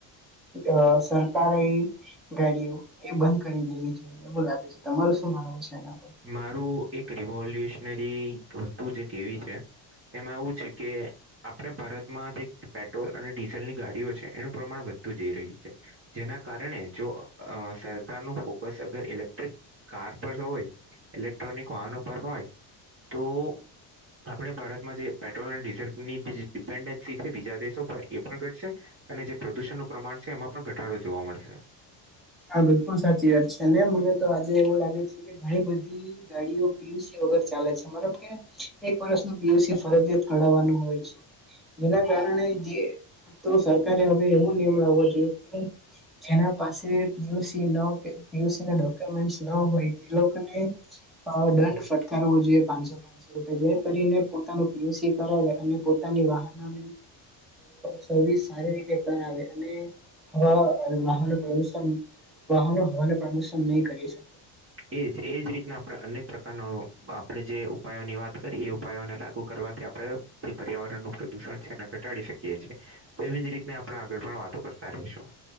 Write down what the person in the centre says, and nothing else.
અ સરકાર એ ગાડીઓ એ બંધ કરી દેવી જોઈએ એવું લાગે છે તમાર શું માનવું છે, એ
હા બિલકુલ સાચી વાત છે ને મને તો આજે એવું લાગે છે. ઘણી બધી ગાડીઓ પીયુસી વગર ચાલે છે, મારા એક વર્ષ ન બીયુસી ફરજિયાત કરઢાવવાનું હોય છે. જેના કારણે જે તો સરકારે હવે એવો નિયમ લાવવો જોઈએ કે જેના પાસે પીયુસી ન પીયુસી ના ડોક્યુમેન્ટ ન હોય તે લોકોને દંડ ફટકાર હોવો જોઈએ પાંચસો પા રપ જે કરીને પોતાનું પીયુસી કરાવે અને પોતાની વાહનોની સર્વિસ સારી રીતે કરાવે અને હવા અને વાહન પ્રદુષણ વાહનો હવાનું પ્રદુષણ નહી કરી શ